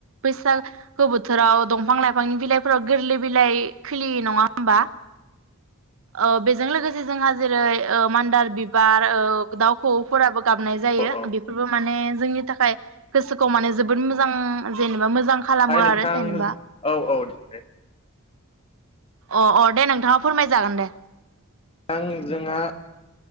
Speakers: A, on the right (about 65°); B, on the left (about 25°).
A: बैसागो बोथोराव दंफां लाइफां बिफांनि बिलाइफोराव गोरलै बिलाइ खिलियो नङा होमबा अ बेजों लोगोसे जोंहा जेरै ओ मान्दार बिबार ओमफ्राय औ दाउ खौऔफोराबो गाबनाय
B: औ
A: जायो बेफोरबो माने जोंनि थाखाय गोसोखौ माने जोबोद मोजां जेनेबा मोजां मोजां खालामो
B: ओमफ्राय नोंथां
A: आरो जेनेबा
B: औ औ दे दे
A: अ अ दे नोंथाङा फोरमायजागोन दे
B: नोंथां जोंहा